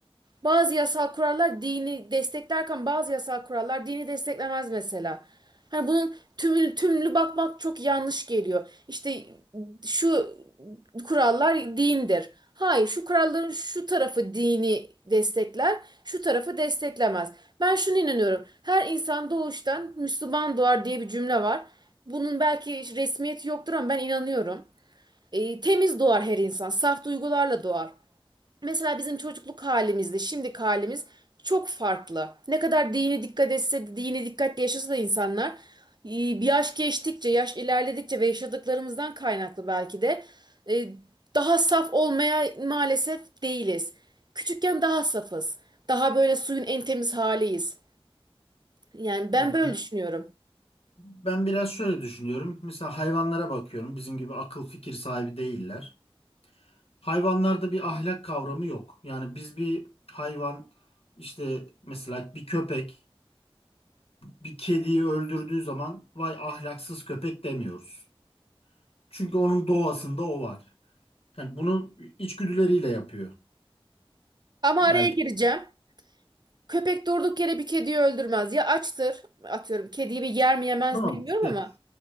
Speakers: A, on the right (about 45°); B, on the left (about 80°).
A: Bazı yasal kurallar dini desteklerken bazı yasal kurallar dini desteklemez mesela. Hani bunun tümü, tümlü bakmak çok yanlış geliyor. İşte şu kurallar dindir. Hayır, şu kuralların şu tarafı dini destekler, şu tarafı desteklemez. Ben şunu inanıyorum. Her insan doğuştan Müslüman doğar diye bir cümle var. Bunun belki resmiyeti yoktur ama ben inanıyorum. E, temiz doğar her insan, saf duygularla doğar. Mesela bizim çocukluk halimizle şimdiki halimiz çok farklı. Ne kadar dini dikkat etse de, dini dikkatle yaşasa da insanlar e, bir yaş geçtikçe, yaş ilerledikçe ve yaşadıklarımızdan kaynaklı belki de e, daha saf olmaya maalesef değiliz. Küçükken daha safız. Daha böyle suyun en temiz haliyiz. Yani ben
B: Ya ben
A: böyle düşünüyorum.
B: ben biraz şöyle düşünüyorum. Mesela hayvanlara bakıyorum. Bizim gibi akıl fikir sahibi değiller. Hayvanlarda bir ahlak kavramı yok. Yani biz bir hayvan işte mesela bir köpek bir kediyi öldürdüğü zaman vay ahlaksız köpek demiyoruz. Çünkü onun doğasında o var. Yani bunu içgüdüleriyle yapıyor
A: Ama
B: belki.
A: araya gireceğim. Köpek durduk yere bir kediyi öldürmez. Ya açtır, atıyorum kediyi bir yer mi yemez
B: Tamam
A: mi bilmiyorum
B: işte
A: ama